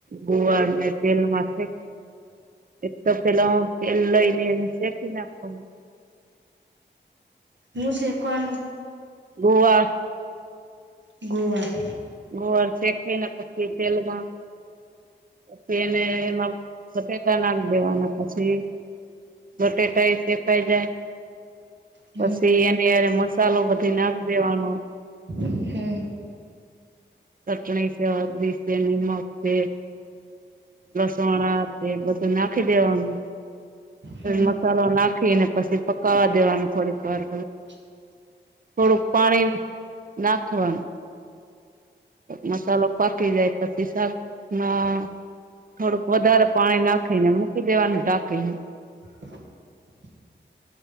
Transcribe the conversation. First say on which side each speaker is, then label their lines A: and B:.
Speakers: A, on the right; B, on the right.
A: ગુવારને તેલનુંમાં છે એક તપેલો તેલ લઈને એને સેકી નાખવાનું.
B: મું શેકવાનું.
A: ગોવાર.
B: ગુવાર.
A: ગોળ તેકવીને તે તેલમાં ટ્વેને એમાં સફેટાના દેવાના પછી બટેટા એ શેકાઈ જાય.
B: હમ
A: પસી એને મસાલો બધુંય નાખી દેવાનો.
B: હમ્મ.
A: ચટણી સે હલ્દી સે નિમક છે. લસણ આતે બધું નાખી દેવાનું.
B: હમ
A: મસાલો નાખીને પછી પકાવા દેવાનું થોડીક વાર.
B: <inaudible>
A: થોડુંક પાણી નાખવાનું. મસાલો પાકવી જાય પછી શાક ના ના ના થોડુંક વધારે પાણી નાખીને મૂકી દેવાનું ઢાંકીને.
B: <inaudible>